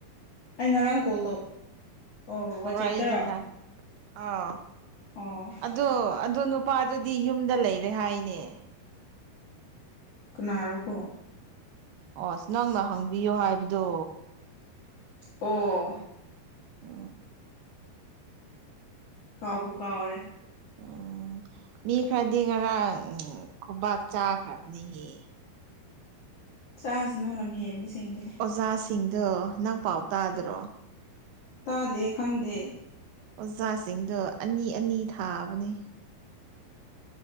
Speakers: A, on the left; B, on the right.
A: ꯑꯩ ꯉꯔꯥꯡ ꯀꯣꯜ ꯇꯧ ꯑꯣ
B: ꯇꯧꯔꯛꯏꯗꯅ
A: ꯋꯥꯆꯦꯞꯇꯔꯣ
B: ꯑꯥ
A: ꯑꯣ
B: ꯑꯗꯣ ꯑꯗꯣ ꯅꯨꯄꯥꯗꯨꯗꯤ ꯌꯨꯝꯗ ꯂꯩꯔꯦ ꯍꯥꯏꯅꯦ
A: ꯀꯅꯥꯔꯣꯀꯣ
B: ꯑꯣ ꯑꯁ ꯅꯪꯅ ꯍꯪꯕꯤꯌꯣ ꯍꯥꯏꯕꯗꯣ
A: ꯑꯣ
B: ꯎ
A: ꯀꯥꯎꯕꯨ ꯀꯥꯎꯔꯦ
B: ꯎꯝ ꯃꯤ ꯈꯔꯗꯤ ꯉꯔꯥꯡ ꯈꯨꯕꯥꯛ ꯆꯥꯈ꯭ꯔꯕꯅꯤꯍꯦ
A: ꯆꯥꯁꯤꯅꯣ ꯂꯝꯍꯦꯟꯕꯁꯤꯡꯁ
B: ꯑꯣꯖꯥꯁꯤꯡꯗꯣ ꯅꯪ ꯄꯥꯎ ꯇꯥꯗ꯭ꯔꯣ
A: ꯇꯥꯗꯦ ꯈꯪꯗꯦ
B: ꯑꯣꯖꯥꯁꯤꯡꯗꯣ ꯑꯅꯤ ꯑꯅꯤ ꯊꯥꯕꯅꯦ